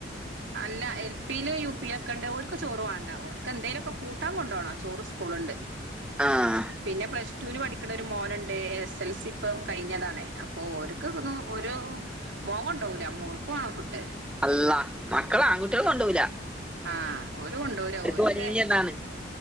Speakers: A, on the right; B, in the centre.
A: അല്ല എൽ പില് യു പി ലക്ക ഇണ്ട് ഓര്ക്ക് ചോറ് വാണ്ട ഓര്ക്ക് എന്തേലും ഒക്ക കൂട്ടാം കൊണ്ടോണം ചോറ് സ്കൂള് ഇണ്ട്
B: ആഹ്
A: പിന്നെ പ്ലസ് ടുന് പഠി ക്ക്ണ ഒരു മോന് ഇണ്ട് എസ് എൽ സി ഇപ്പ കഴിഞ്ഞതാണെ അപ്പൊ ഓര്കക്ക്ണു ഒരു മോൻ കോണ്ടോവൂല മോൾക്ക് വാണം ഫുഡ്
B: അള്ള മക്കള് ആൺകുട്ടിയള് കൊണ്ടോവുല
A: ആ ഓര് കൊണ്ടോവുല ഓര്ക്ക്
B: വല്യ ഇതാണ്